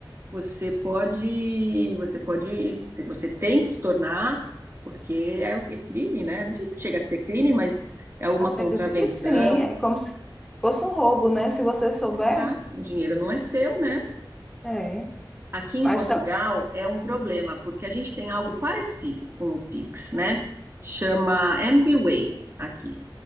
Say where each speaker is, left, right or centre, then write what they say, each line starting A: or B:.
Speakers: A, on the right (about 30°); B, in the centre.
A: você pode, você pode, você tem que se tornar, porque é o que é crime, né? Não sei se chega a ser crime, mas é uma
B: Acredito
A: contravenção.
B: que sim. É como se fosse um roubo, né? Se você souber.
A: Tá? O dinheiro não é seu, né?
B: É.
A: Aqui em
B: Mas
A: Portugal é um problema, porque a gente tem algo parecido com o Pix, né? Chama MBWay aqui.